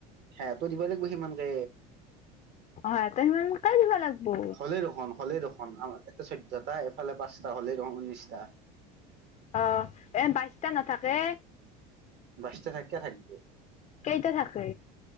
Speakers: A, on the right (about 50°); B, on the left (about 35°).
A: সেহেটো দিবই লাগিবো সিমানকে।
B: হয় ত ম <unintelligible> তাইও দিব লাগবো।
A: হ'লে দেখোন হলেই দেখোন এটা চৈধ্যটা এফালে পাঁচটা হ'লেই দেখোন ঊনৈশটা।
B: অ' এ বাইশটা নাথাকে।
A: বাইচতা থাকিয়ে থাকিব।
B: কেইটা থাকে।